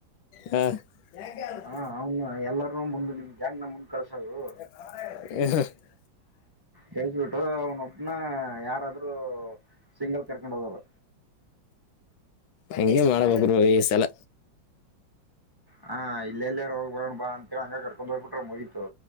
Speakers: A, on the left; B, on the right.
A: ಹಾ ಓಲ್ಡನ್.
B: ಹಾ ಅವ್ನು ಎಲ್ಲರೂ ಮುಂದು ನಿಮ್ಗೆ ಗ್ಯಾಂಗ್ ನ ಮುಂದ್ ಕಳ್ಸೋದು.
A: ಹ <inaudible>
B: ಹೇಳ್ಬಿಟ್ಟು ಅವನೊಬ್ನ ಯಾರಾದ್ರೂ ಸಿಂಗಲ್ ಕರ್ಕೊಂಡ್ ಹೋಗದು.
A: ಹೆಂಗೆ ಮಾಡಿದ್ರೂ ಸಾಲ.
B: ಹಾ ಇಲ್ಲೆಲ್ಲರ ಹೋಗ್ಬರಣ ಬಾ ಅಂತ ಕರ್ಕೊಂಡ್ ಹೋಗ್ಬಿಟ್ರೆ ಮುಗೀತು.